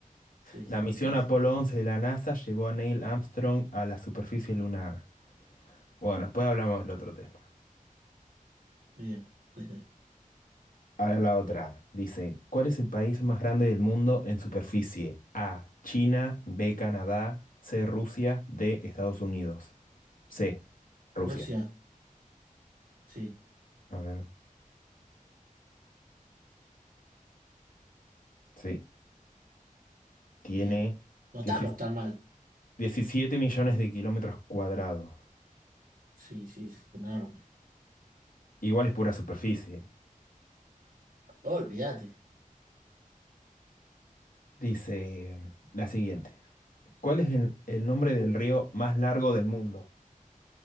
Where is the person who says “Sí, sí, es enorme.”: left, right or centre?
Right